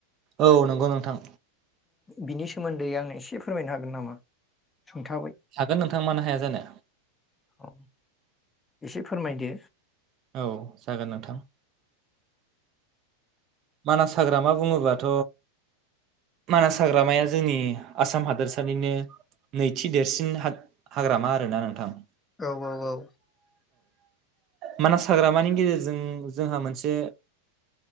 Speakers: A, on the right (about 40°); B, on the left (about 15°).
A: औ नंगौ नोंथां
B: बिनि सोमोन्दै आंनो एसे फोरमायनो हागोन नामा सुंथाबै
A: हागोन नोंथां मानो हाया जानो
B: औ एसे फोरमायदो
A: औ जागोन नोंथां मानास हाग्रामा बुङोबाथ' मानास हाग्रामाया जोंनि आसाम हादोरसानिनो नैथि देरसिन हाग्रामा आरोना नोंथां
B: औ औ औ
A: मानास हाग्रामानि गेजेरजों जोंहा मोनसे